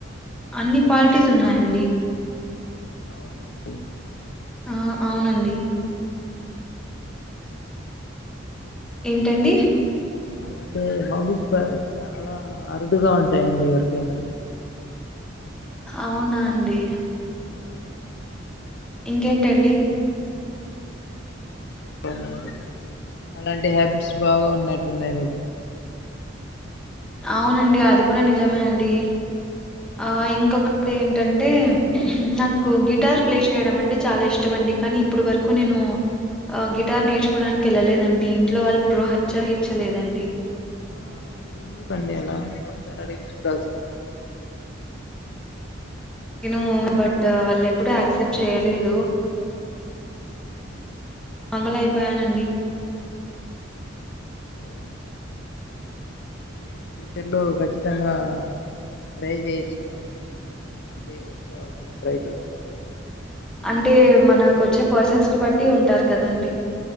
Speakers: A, in the centre; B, on the left.
A: అన్ని
B: మ్మ్.
A: క్వాలిటీస్ ఉన్నాయండి
B: అవునా అండి
A: ఆ!
B: చాలా
A: అవునండి.
B: గ్రేట్ అం
A: ఏంటండి
B: అలాంటి బాబీస్ పై చాలా అరుదుగా ఉంటాయండి ఎవరికైనా
A: అవునా అండి
B: అవున
A: ఇంకేంటండి
B: చెప్పాలి మీరు అలాంటి హ్యాబిట్స్ బాగా ఉన్నట్టున్నాయి మీకు
A: అవునండి అది కూడా నిజమే అండి ఆ ఇంకొకట్ ఏంటంటే నాకు గిటార్ ప్లే చేయడం అంటే చాలా ఇష్టం అండి కనీ ఇప్పుడు వరకు నేను అ గిటార్ నేర్చుకోడానికెళ్ళలేదండి ఇంట్లో వాళ్ళు ప్రోహత్య హిత్య లేదండి
B: ఆ కండి అలా ఒకసారి అడిగి చూడాల్సి
A: ఇనూ బట్ వాళ్ ఎప్పుడుూ యాక్సెప్ట్ చేయలేదు
B: అవునా
A: నార్మల్ అయిపోయానండి
B: ఓ మీరు ఫ్యూచర్లో ఖచ్చితంగా ట్రై చేయచ్చు అనుకుంటున్నాండి అంటే వచ్చే వాళ్ళన్నా ట్రై చేయిస్తారు మా
A: అంటే మనకు వచ్చే పర్సన్స్ బట్టి ఉంటారు కదండి